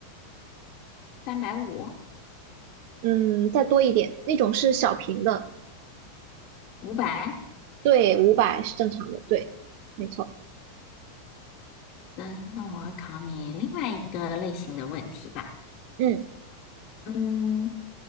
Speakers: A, on the left; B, on the right.
A: 三百五，
B: 嗯，再多一点，那种是小瓶的，
A: 五百。
B: 对，五百是正常的，对，没错。
A: 的，那我要考你另外一个类型的问题吧。
B: 嗯，
A: 嗯，